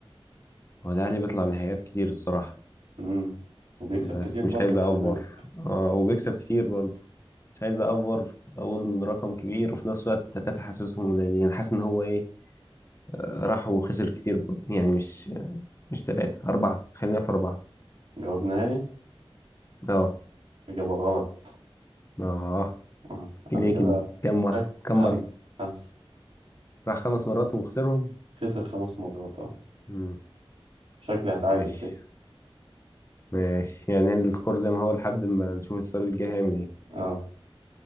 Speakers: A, on the left; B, on the right.
A: هو الأهلي بيطلع نهائيات كتير الصراحة
B: امم وبيكسب
A: بس
B: كتير
A: مش
B: برضه
A: عايز
B: خلي
A: أأفور
B: بالك
A: اه وبيكسب كتير برضه مش عايز أأفور أقول رقم كبير وفي نفس الوقت التلاتة حاسسهم قليلين حاسس إن هو إيه آه، راح وخسر كتير برضه يعني مش مش تلاتة أربعة خلينا في أربعة
B: جواب نهائي
A: اه
B: إجابة غلط
A: اه
B: آه.
A: ليه
B: أنا كده
A: كده كام واحد
B: شك-
A: كام
B: خمسة
A: مرة
B: خمسة
A: راح خمس مرات وخسرهم
B: خسر خمس مرات اه
A: مم.
B: شكلي هتعادل
A: ماشي
B: كده
A: ماشي يعني السكور زي ما هو لحد ما نشوف السؤال الجاي هيعمل ايه
B: اه